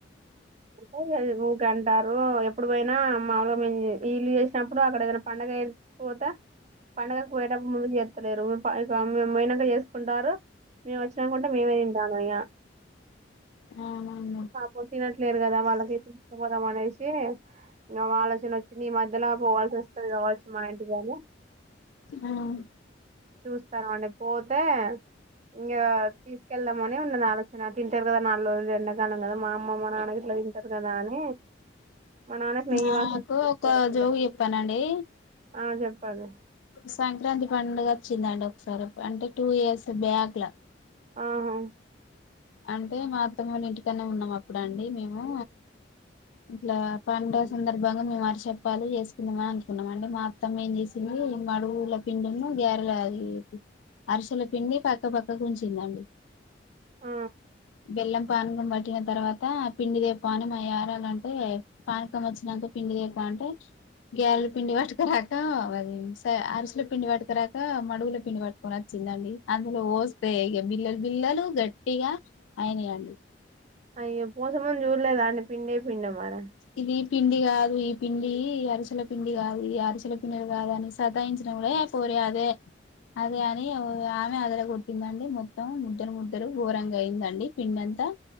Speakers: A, on the right; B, on the left.
A: ఉంటది గదా ఊకె అన్ టారు ఎప్పుడు పోయినా మామూల్గా మేం ఇళ్ళు చేసినప్పుడు అక్కడ ఏదైనా పండగ పోతా పండగకు పోయేటప్పుడు ముందు చేత్తలేరు ఇ మేము పోయినంక చేస్ కుంటారు మేము వచ్చినంకుంటే మేమే తింటాం ఇగ
B: అవునండి
A: పాపోల్ తినట్లేదు కదా వాళ్ళకి తీసుకపోదాం అనేసి ఇంగా ఆలోచన వచ్చింది ఈ మధ్యలో పోవాల్సి వస్తది కావచ్చు మా ఇంటికి అని
B: ఉమ్
A: చూస్తాను అండి పోతే ఇంగా తీసుకెళ్దామని ఉన్నది ఆలోచన తింటారు కదా నాలుగు రోజులు ఎండ దల్లమీద మా అమ్మ మా నాన్న గిట్ల తింటరు కదా అని మా నాన్నకి నెయ్యి
B: నాకు
A: వాసన
B: ఒక
A: అసలు.
B: జోక్ చెప్పానండి
A: ఆ చెప్పర్రి
B: సంక్రాంతి పండుగ వచ్చిందండి ఒకసారి అంటే టూ ఇయర్స్ బ్యాక్ లా
A: ఆహా
B: అంటే మా అత్తమ్మ వాళ్ళ ఇంటికన్నే ఉన్నాం అప్పుడు అండి మేమూ ఇట్లా పండగ సందర్భంగా మేము అరిష అప్పాలు చేసుకుందమా అని అనుకున్నాం అండి మా అత్తమ్మ ఏం చేసింది మడుగుల పిండీను గ్యరెల అది అరిసల పిండి పక్కపక్కకి ఉంచిందండి
A: అ
B: బెల్లం పానకం పట్టిన తర్వాత పిండి దేపో అయి మా యారాలంటే పానకం వచ్చినంక పిండిదేపో అంటే గ్యారాల పిండి పట్టుకరాక అది స అరుసుల పిండి పట్టుకరాక మడుగుల పిండి పట్టుకోని వచ్చి ఇందండి అందులో వోస్తే బిల్లలు బిల్లలు గట్టిగా అయినయ్ అండి
A: అయ్యో పోసేముందు చూడలేదా అండి పిండి పిండ మర
B: ఇది పిండి గాదు ఈ పిండీ అరిసెల పిండి గాదు ఈ అరిసెల పిండి గాదని సతాయించిన నవులే పోరి అదే అదే అని ఆమె అదర కొట్టిందండి మొత్తం ముద్దలు ముద్దలు ఘోరంగా అయిందండి పిండం ద